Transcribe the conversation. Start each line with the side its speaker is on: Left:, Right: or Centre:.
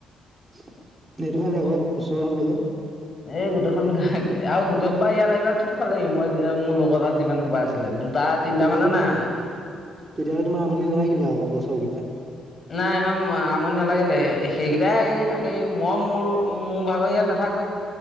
Right: সেইটো কাৰণে
Left: খুব
Right: ক ওচৰ হৈ গল যে
Left: এই গোটেইখন ঘ আৰু গোটেই সোপা ইয়াত আহিবা থপ খালেহি মই মোৰ লগত কবাত যিমান সোপা আছিলে দুটা তিনটা
Right: তেতিয়া
Left: মানো নাই অহা
Right: তেতিয়াহলে তোমাৰ আমনি নালাগিলে আকৌ বছৰ কেইটা?
Left: নাই ইমান আমনি নালাগিলে, সেইকেইটাই এই থাকে মই মোৰ মোৰ ভাগৰ ইয়াত নাথাক